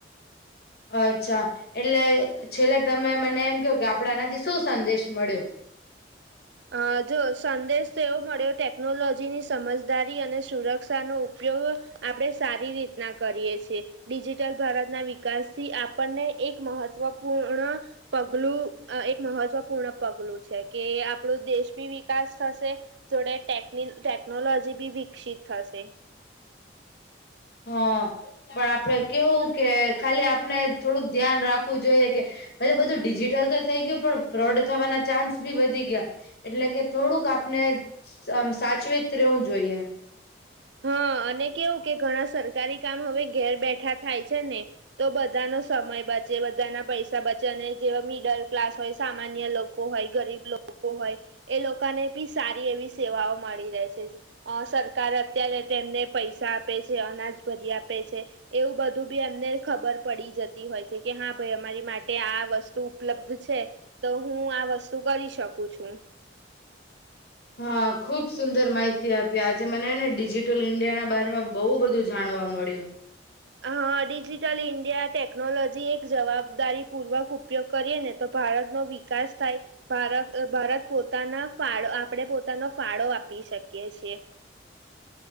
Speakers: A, on the left (about 60°); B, on the right (about 75°).
A: અચ્છા એટલે છેલ્લે તમે મને એમ કયો કે આપણે આનાથી શું સંદેશ મળ્યો.
B: અ જો સંદેશ તો એવો મળ્યો ટેકનોલોજીની સમજદારી અને સુરક્ષાનો ઉપયોગ આપણે સારી રીતના કરીએ છીએ. ડિજિટલ ભારતના વિકાસથી આપણને એક મહત્વપૂર્ણ પગલું આ એક મહત્વપૂર્ણ પગલું છે કે આપ આપણું દેશ ભી વિકાસ થશે જોડે ટેક ટેકનોલોજી બી વિકસિત થશે.
A: હ પણ આપડે કેવું કે ખાલી આપણે થોડુંક ધ્યાન રાખવું જોઈએ કે પલે બધું ડિજિટલ તો થઈ ગયું. પણ ફ્રોડ થવાના ચાન્સ બી વધી ગયા. એટલે કે થોડુંક આપને આમ સાચવીત રહેેવું જોઈએ.
B: હ અને કેવું કે ઘણા સરકારી કામ હવે ઘેર બેઠા થાય છે ને. તો બધાનો સમય બચે, બધાના પૈસા બચે અને જેવા મિડલ ક્લાસ હોય સામાન્ય લોકો લોકો હોય ગરીબ લોકો હોય એ લોકોને બી સારી એવી સેવાઓ મળી રહેશે. અ સરકાર અત્યારે તેમને પૈસા આપે છે, અનાજ ભરી આપે છે. એવું બધું બી એમને ખબર પડી જતી હોય છે કે હા ભાઈ અમારી માટે આ વસ્તુ ઉપલબ્ધ છે. તો હું આ વસ્તુ કરી છું એમ.
A: હા ખુબ સુંદર માહિતી આપી. આજે મને હેને ડિજિટલ ઈન્ડિયાના બારામાં બહુ બધું જાણવા મળ્યું.
B: અ હ ડિજિટલ ઈન્ડિયા ટેકનોલોજી એક જવાબદારીપૂર્વક ઉપયોગ કરીએ ને તો ભારત નો વિકાસ થાય. ભારત ભારત પોતાના ફાળો આપણે પોતાનો ફાળો આપી શકીએ છીએ.